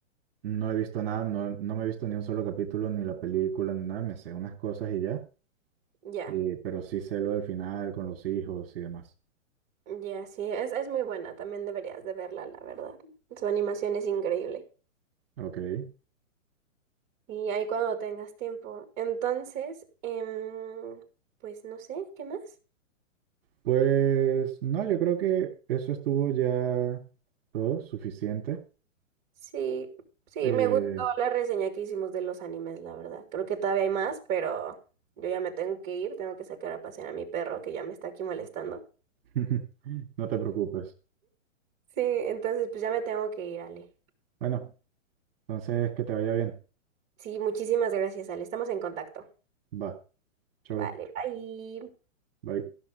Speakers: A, on the right (about 45°); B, on the right (about 25°).
A: no he visto nada, no, no me he visto ni un solo capítulo, ni la película, ni nada, me sé unas cosas y ya.
B: Ya,
A: Eh, pero sí sé lo del final con los hijos y demás.
B: ya, sí, es, es muy buena, también deberías de verla, la verdad. Su animación es increíble.
A: Ok.
B: Y ahí cuando tengas tiempo. Entonces, em, pues no sé, ¿qué más?
A: Pues no, yo creo que eso estuvo ya todo suficiente.
B: Sí, sí,
A: Eh,
B: me gustó la reseña que hicimos de los animes, la verdad. Creo que todavía hay más, pero yo ya me tengo que ir, tengo que sacar a pasear a mi perro que ya me está aquí molestando.
A: <laughs> no te preocupes.
B: Sí, entonces pues ya me tengo que ir, Ale.
A: Bueno, entonces que te vaya bien.
B: Sí, muchísimas gracias, Ale. Estamos en contacto.
A: Va. Chau.
B: Vale, bye.
A: Bye.